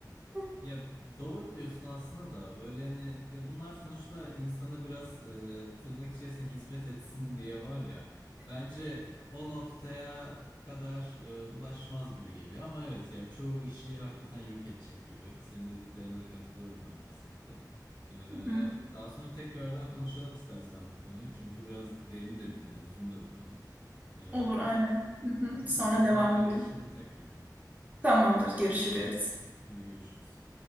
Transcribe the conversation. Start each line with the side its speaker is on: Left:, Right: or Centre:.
Right: <laughs>
Left: Ya doğru diyorsun aslında da böyle hani ya bunlar sonuçta insanı biraz e, tırnak içerisinde hizmet etsin diye var ya. Bence o noktaya kadar e, ulaşmaz gibi geliyor ama evet ya çoğu işi hakikaten yok edecek gibi. Senin dediklerine de katılıyorum ben kesinlikle. E,
Right: Hı hı.
Left: daha sonra tekrardan konuşalım istersen bu konuyu. Çünkü biraz derin de bir konu, uzun da bir konu. E,
Right: Olur aynen. Hı
Left: tamam
Right: hı. Sonra
Left: o zaman
Right: devam
Left: haberleşelim
Right: edelim.
Left: tekrardan.
Right: Tamamdır, görüşürüz.
Left: Hadi görüşürüz.